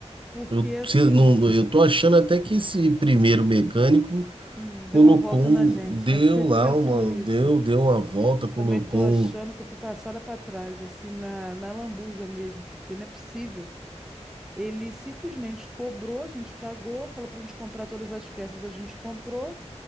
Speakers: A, in the centre; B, on the right.
A: Porque
B: Eu,
A: assim,
B: se- não, eu tô achando até que esse primeiro mecânico
A: hum, deu
B: colocou
A: uma volta
B: um,
A: na gente,
B: deu
A: né? <laughs> Eu também
B: lá
A: tô pensando
B: uma,
A: nisso.
B: deu, deu uma volta, colocou
A: Também tô achando
B: um,
A: que eu fui passada para trás, assim, na, na lambuja mesmo, porque não é possível. Ele simplesmente cobrou, a gente pagou, falou pra gente comprar todas as peças, a gente comprou,